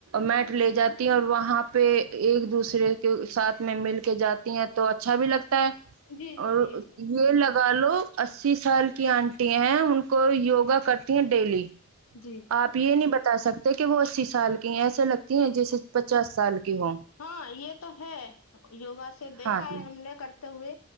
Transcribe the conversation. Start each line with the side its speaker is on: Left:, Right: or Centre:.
Right: میٹ لے جاتی ہیں اور وہاں پہ ایک دوسرے کے ساتھ میں مل کے جاتی ہیں تو اچھا بھی لگتا ہے
Left: جی جی
Right: اور
Left: جی اس میں
Right: یہ لگا لو اسی سال کی آنٹی ہیں ان کو یوگا کرتی ہیں ڈیلی
Left: جی
Right: آپ یہ نہیں بتا سکتے کہ وہ اسی سال کی ہیں ایسے لگتی
Left: جی
Right: ہیں جیسے پچاس سال کی ہوں
Left: ہاں یہ تو ہے یوگا سے دیکھا
Right: ہاں جی
Left: ہے ہم نے کر ہوئے